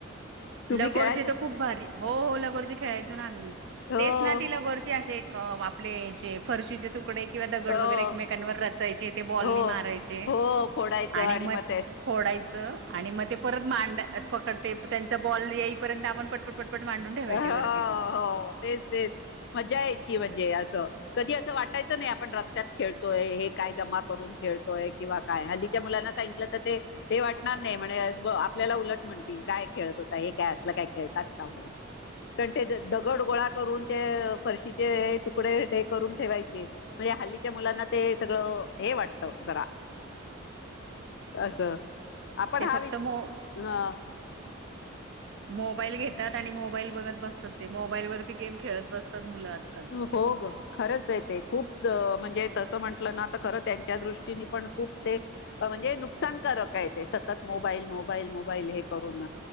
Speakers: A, on the left (about 60°); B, on the right (about 65°).
A: तुम्ही
B: लगोरचे
A: खेळायचं
B: तर खूप भारी, हो हो लगोरचे खेळायचो ना आम्ही.
A: हो
B: तेच ना ति लगोरचे अशे एक आपले जे फरशीचे तूक तुकडे किंवा दगड
A: हो
B: वगैरे एकमेकांवर रचायचे ते बॉल
A: हो
B: मारायचे.
A: हो फोडायचं
B: आणि म
A: मग ते
B: फोडायचं आणि मग ते परत मांडय पकडते त्यांचा बॉल येईपर्यंत आपण पटपट पटपट मांडून ठेवायचे
A: हो
B: वरती ते.
A: हो तेच तेच मजा यायची म्हणजे असं कधी असं वाटायचं नाय आपण रस्त्यात खेळतोय हे काय जमा करून खेळतोय किंवा काय हल्लीच्या मुलांना सांगितलं तर ते हे वाटणार नाय म्हणजे आपल्याला उलट म्हणतील काय खेळत होता हे काय असलं काय खेळतात का म्हणून. कंटेज दगड गोळा करून ते फरशीचे हे तुकडे हे करून ठेवायचे. म्हणजे हल्लीच्या मुलांना ते सगळं हे वाटत जरा. असं. आपण
B: ते
A: हा
B: फक्त
A: वि
B: मो
A: ह
B: मोबाईल घेतात आणि मोबाईल बघत बसतात ते मोबाईल वरती गेम खेळत बसतात मुलं आजकाल.
A: हो ग. खरंच आय ते खूप म्हणजे तसं म्हंटलं ना तर खरंच त्यांच्या दृष्टीने पण खूप ते म्हणजे नुकसानकारक आय ते सतत मोबाईल मोबाईल मोबाईल हे करून.